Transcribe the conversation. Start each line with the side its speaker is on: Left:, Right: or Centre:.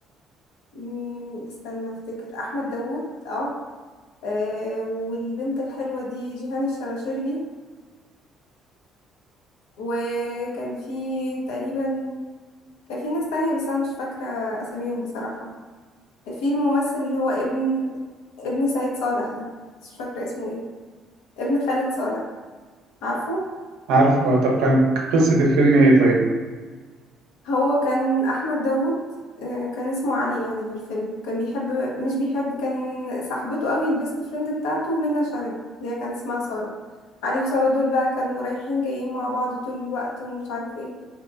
Left: مم، استنى افتكر احمد داوود اه آه، والبنت الحلوة دي جيهان الشماشرجي وكان في تقريبا كان في ناس تانية بس انا مش فاكرة اساميهم بصراحة في الممثل اللي هو ابن ابن سعيد صالح ده مش فاكرة اسمه ايه ابن خالد صالح عارفه
Right: عارف هو طب كان قصه الفيلم ايه طيب
Left: هو كان احمد داوود آه، كان اسمه علي يعني في الفيلم كان بيحب مش بيحب كان صاحبته قوي البيست فريند بتاعته منى شلبي اللي هي كان اسمها سارة علي وسارة دول بقى كانوا رايحين جايين مع بعض طول الوقت ومش عارف ايه